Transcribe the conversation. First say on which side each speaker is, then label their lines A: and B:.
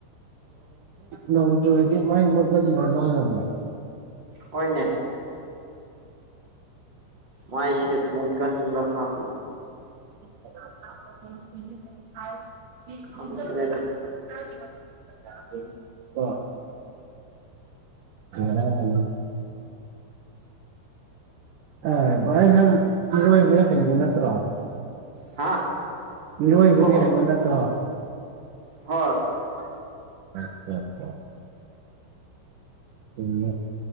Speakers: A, on the right; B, on the right.
A: ꯅꯠꯇ ꯍꯥꯏꯗꯤ ꯃꯥꯏ ꯃꯒꯗ ꯂꯅ
B: ꯍꯅꯦ ꯃꯥꯏꯁꯦ ꯃꯣꯗꯒꯥꯟ ꯂꯀ
A: <unintelligible>
B: ꯈꯪꯗ꯭ꯔꯦꯗ
A: <unintelligible> ꯑ ꯚꯥꯏꯅ ꯏꯅꯤꯡ ꯅꯠꯇ꯭ꯔꯣ
B: ꯍꯥ
A: ꯏꯔꯣꯏꯕꯥꯗꯤ
B: ꯀ꯭ꯂꯣꯛꯔꯣ
A: ꯍꯩꯕꯣ ꯅꯠꯇ꯭ꯔꯣ
B: ꯍꯣꯏ
A: ꯑꯥ ꯎꯝ